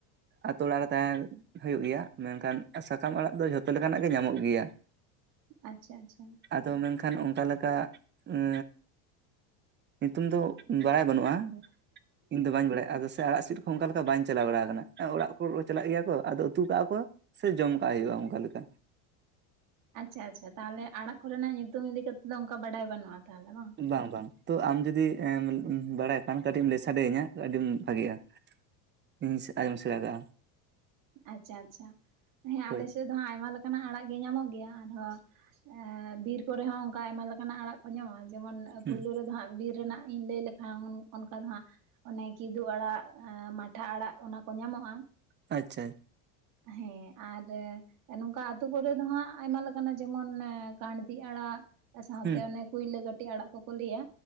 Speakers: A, on the right; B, on the right.
A: ᱟᱛᱳ ᱚᱲᱟᱜ ᱨᱮ ᱛᱟᱦᱮᱸ ᱦᱩᱭᱩᱜ ᱜᱮᱭᱟ ᱢᱮᱱᱠᱷᱟᱱ ᱥᱟᱠᱟᱢ ᱟᱲᱟᱜ ᱫᱚ ᱡᱷᱚᱛᱚ ᱞᱮᱠᱟᱱᱟᱜ ᱜᱮ ᱧᱟᱢᱚᱜ ᱜᱮᱭᱟ
B: ᱟᱪᱪᱷᱟ ᱟᱪᱪᱷᱟ
A: ᱟᱫᱚ ᱢᱮᱱᱠᱷᱟᱱ ᱚᱱᱠᱟ ᱞᱮᱠᱟ ᱮᱸᱻ ᱧᱩᱛᱩᱢ ᱫᱚ ᱵᱟᱲᱟᱭ ᱵᱟᱹᱱᱩᱜᱼᱟ ᱤᱧ ᱫᱚ ᱵᱟᱹᱧ ᱵᱟᱰᱟᱭᱟ ᱟᱫᱚ ᱥᱮ ᱟᱲᱟᱜ ᱥᱤᱫ ᱚᱝᱠᱟ ᱞᱮᱠᱟ ᱵᱟᱧ ᱪᱟᱞᱟᱣ ᱵᱟᱲᱟ ᱟᱠᱟᱱᱟ ᱚᱲᱟᱜ ᱠᱚ ᱪᱟᱞᱟᱜ ᱜᱮᱭᱟ ᱠᱚ ᱟᱫᱚ ᱩᱛᱩ ᱠᱟᱜᱼᱟ ᱠᱚ ᱥᱮ ᱡᱚᱢ ᱠᱟᱜ ᱦᱩᱭᱩᱜᱼᱟ ᱚᱝᱠᱟ ᱞᱮᱠᱟ
B: ᱟᱪᱪᱷᱟ ᱟᱪᱪᱷᱟ ᱛᱟᱦᱞᱮ ᱟᱲᱟᱜ ᱠᱚ ᱨᱮᱱᱟᱜ ᱧᱩᱛᱩᱢ ᱤᱫᱤ ᱠᱟᱛᱮᱫ ᱫᱚ ᱚᱱᱠᱟ ᱵᱟᱰᱟᱭ ᱵᱟᱹᱱᱩᱜᱼᱟ ᱛᱟᱦᱞᱮ ᱵᱟᱝ
A: ᱵᱟᱝ ᱵᱟᱝ ᱛᱚ ᱟᱢ ᱡᱩᱫᱤ ᱵᱟᱲᱟᱭ ᱠᱷᱟᱱ ᱠᱟᱹᱴᱤᱡ ᱮᱢ ᱞᱟᱹᱭ ᱥᱟᱰᱮ ᱤᱧᱟ ᱟᱹᱰᱤᱧ ᱵᱷᱟᱜᱤᱜᱼᱟ ᱤᱧ ᱟᱸᱡᱚᱢ ᱥᱮᱬᱟ ᱠᱟᱜᱼᱟ
B: ᱟᱪᱪᱷᱟ ᱟᱪᱪᱷᱟ ᱦᱮᱸ
A: ᱦᱳᱭ
B: ᱟᱞᱮᱥᱮᱫ ᱫᱚ ᱦᱟᱸᱜ ᱟᱭᱢᱟ ᱞᱮᱠᱟᱱᱟᱜ ᱟᱲᱟᱜ ᱜᱮ ᱧᱟᱢᱚᱜ ᱜᱮᱭᱟ ᱟᱨᱦᱚᱸ ᱵᱤᱨ ᱠᱚᱨᱮ ᱦᱚᱸ ᱚᱱᱠᱟ ᱟᱭᱢᱟ ᱞᱮᱠᱟᱱᱟᱜ ᱟᱲᱟᱜ ᱠᱚ ᱧᱟᱢᱚᱜᱼᱟ ᱡᱮᱢᱚᱱ
A: ᱦᱩᱸ
B: ᱯᱳᱭᱞᱳ ᱨᱮᱫᱚ ᱦᱟᱸᱜ ᱵᱤᱨ ᱨᱮᱱᱟᱜ ᱤᱧ ᱞᱟᱹᱭ ᱞᱮᱠᱷᱟᱱ ᱦᱮᱸ ᱚᱱᱠᱟ ᱫᱚ ᱦᱟᱸᱜ ᱚᱱᱮ ᱠᱮᱫᱳᱜ ᱟᱲᱟᱜ ᱢᱟᱴᱷᱟ ᱟᱲᱟᱜ ᱚᱱᱟ ᱠᱚ ᱧᱟᱢᱚᱜᱼᱟ
A: ᱟᱪᱪᱷᱟ
B: ᱦᱮᱸ ᱟᱨ ᱮᱸ ᱱᱚᱝᱠᱟ ᱟᱹᱛᱩ ᱠᱚᱨᱮ ᱫᱚ ᱦᱟᱸᱜ ᱟᱭᱢᱟ ᱞᱮᱠᱟᱱᱟᱜ ᱡᱮᱢᱚᱱ ᱠᱟᱬᱫᱤ ᱟᱲᱟᱜ ᱥᱟᱶᱛᱮ
A: ᱦᱩᱸ
B: ᱚᱱᱮ ᱠᱩᱭᱞᱟᱹ ᱠᱟᱹᱴᱤᱡ ᱟᱲᱟᱜ ᱠᱚᱠᱚ ᱞᱟᱹᱭᱟ